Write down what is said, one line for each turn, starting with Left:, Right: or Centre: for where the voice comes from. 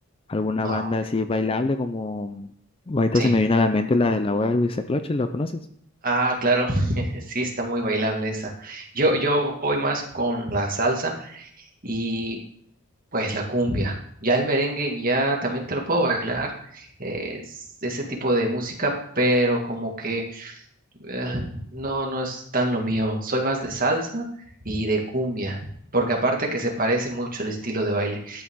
Left: alguna
Right: No,
Left: banda así bailable como ahorita
Right: sí,
Left: se me viene a la mente la de la boda de Luisa Cloche, ¿lo conoces?
Right: Ah, claro, <laughs> sí está muy bailable esa. Yo, yo voy más con la salsa y pues la cumbia. Ya el merengue ya también te lo puedo bailar, eh, es ese tipo de música, pero como que eh, no, no es tan lo mío. Soy más de salsa y de cumbia, porque aparte que se parece mucho el estilo de baile,